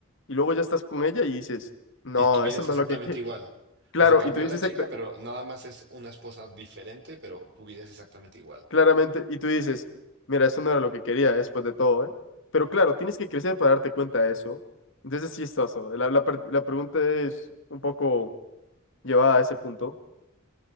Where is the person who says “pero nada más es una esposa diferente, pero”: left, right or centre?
Right